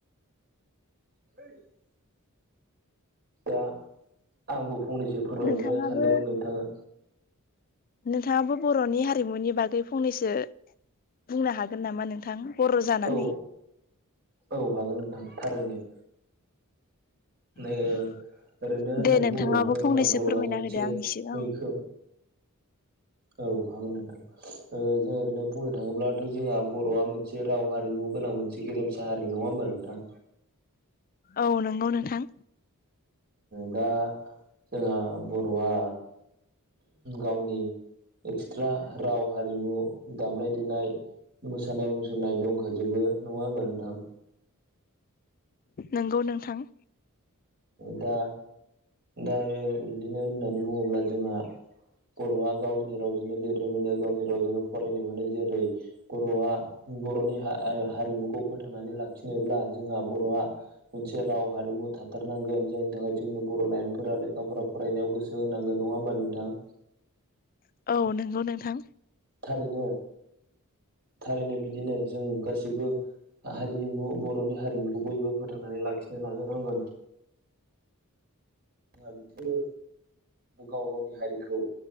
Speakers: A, on the right; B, on the left.
A: <inaudible> दा आंबो फंनैसो फोरमायहरनो
B: नोंथाङाबो
A: सानदोंमोन नोंथानो।
B: नोंथाङाबो बर'नि हारिमुनि बागै फंनैसो बुंनो हागोन नामा नोंथां? बर' जानानै
A: औ औ हागोन नोंथां थारैनो ओ
B: <inaudible>
A: ओरैनो होननानै
B: दे नोंथाङाबो
A: बुङोब्लाथ'
B: फंनैसो
A: जोंहा बर'आ
B: फोरमायना
A: मोनसे
B: होदो आंनि सिगां
A: मैखोम औ हागोन नोंथां जों ओरैनो बुंनो थाङोब्लाथ' जोंहा बर'आ मोनसे राव हारिमु गोनां मोनसे जि गेरमसा हारि नङा होमबा नोंथां
B: औ नंगौ नोंथां।
A: दा जोंहा बर'आ गावनि एक्सट्रा राव हारिमु दामनाय देनाय मोसानाय मुसुरनाय दंखाजोबो नङा होमबा नोंथां?
B: नंगौ नोंथां।
A: दा दा बिदिनो होननानै बुङोब्ला जोंहा बर'आ गावनि रावजोंनो लिरनो मोनो गावनि रावजोंनो फरायनो मोनो जेरै बर'आ बर'नि हारिमुखौ फोथांनानै लाखिनोब्ला जोंहा बर'आ मोनसे राव हारिमु थ हथारनांगोन जायनि थाखाय जोंनि बर' लाइमोनफोरा लेखाफोरा फरायनायाव गोसो होनांगोन नङा होमबा नोंथाङा
B: <inaudible> औ नंगौ नोंथां
A: थारैनो थारैनो बिदिनो जों गासैबो हारिमु बर'नि हारिमुखौ बयबो फोथांनानै लाखिनो नाजानांगोन जोंहा बिदिनो गाव गावनि हारिखौ